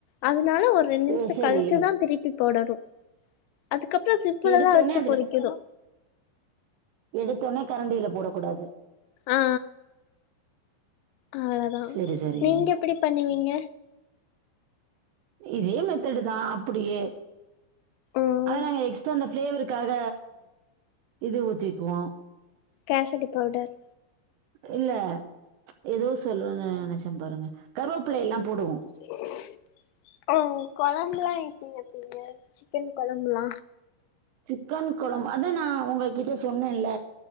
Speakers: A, on the left; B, on the right.
A: அதனால ஒரு ரெண்டு நிமிஷ
B: ஓ சரி
A: கழிச்சுதா திருப்பி போடணு அதுக்கப்ற சிப்புளதா
B: எடுத்தோனே
A: வச்சு பொறிக்கணு
B: எடுத்தொனே கரண்டில போடக்கூடாது
A: ஆ அவ்ளோதா
B: செரி செரிங்க
A: நீங்க எப்டி பண்ணுவீங்க
B: இதே மெத்தடு தா அப்படியே
A: ம்
B: ஆனா நாங்க எக்ஸ்ட்ரா அந்த பிளேவருக்காக இது ஊத்திக்குவோ
A: கேசடி பவுடர்
B: இல்ல எதோ சொல்லனுன் நெனைச்ச பாருங்க கருவேப்பிளைலா போடுவோ
A: <inaudible> ஓ கொழம்புலா எப்டி வப்பிங்க சிக்கன் கொழம்புலா
B: சிக்கன் கொழம்பு அதா நா உங்ககிட்ட சொன்னேன்ல